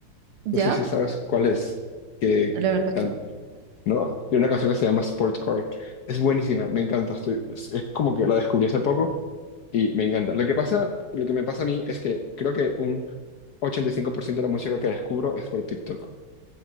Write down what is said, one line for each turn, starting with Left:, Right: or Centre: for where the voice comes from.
Right: ¿ya?
Left: No sé si sabes cuál es. Que
Right: La verdad es
Left: can-
Right: que no.
Left: no, de una canción que se llama Sportcore. Es buenísima, me encanta. estoy- es, es como que la descubrí hace poco y me encanta. Lo que pasa, lo que me pasa a mí es que creo que un 85% de la música que descubro es por TikTok.